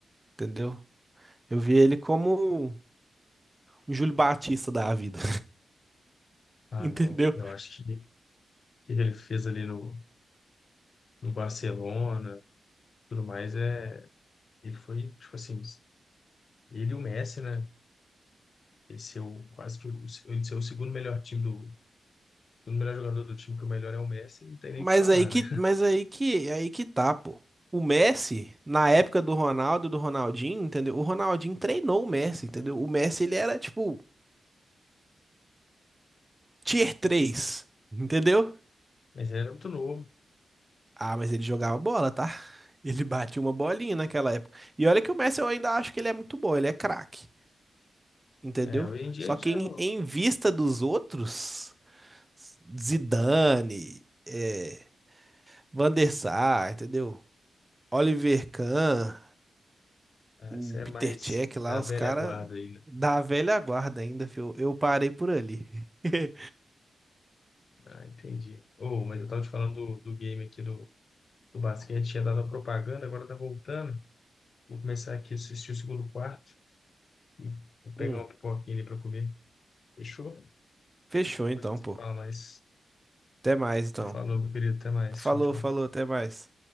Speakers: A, on the right; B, on the left.
A: entendeu? Eu vi ele como um Júlio Batista da vida,
B: Ah,
A: <laughs> entendeu?
B: não. Eu acho que o que ele fez ali no, no Barcelona, tudo mais, é. Ele foi, tipo assim, ele e o Messi, né? Ele ser o, quase que o, ele ser o segundo melhor time do. O melhor jogador do time, que o melhor é o Messi, não tem nem
A: Mas
B: o que falar,
A: aí que,
B: né?
A: mas aí que, aí que tá, pô. O Messi, na época do Ronaldo, do Ronaldinho, entendeu? O Ronaldinho treinou o Messi, entendeu? O Messi, ele era, tipo, tier 3, entendeu?
B: Mas era muito novo.
A: Ah, mas ele jogava bola, tá? Ele batia uma bolinha naquela época. E olha que o Messi eu ainda acho que ele é muito bom, ele é craque, entendeu?
B: É, hoje em dia
A: Só
B: ele
A: que
B: já
A: em,
B: não.
A: em vista dos outros, Zidane, é, Van der Sar, entendeu? Oliver Kahn,
B: Ah,
A: o
B: Você é
A: Peter
B: mais
A: Cech lá,
B: da
A: os
B: velha
A: caras
B: guarda aí, né?
A: da velha guarda ainda, fio. Eu parei por ali. <laughs>
B: Ah, entendi. Oh, mas eu tava te falando do, do game aqui do, do basquete, tinha dado a propaganda, agora tá voltando. Vou começar aqui a assistir o segundo quarto e vou pegar
A: Hum,
B: uma pipoquinha ali pra comer. Fechou?
A: fechou então,
B: Depois a gente se
A: pô.
B: fala mais.
A: Até mais então.
B: Falou, meu querido. Até mais.
A: Falou,
B: Tchau, tchau.
A: falou, até mais.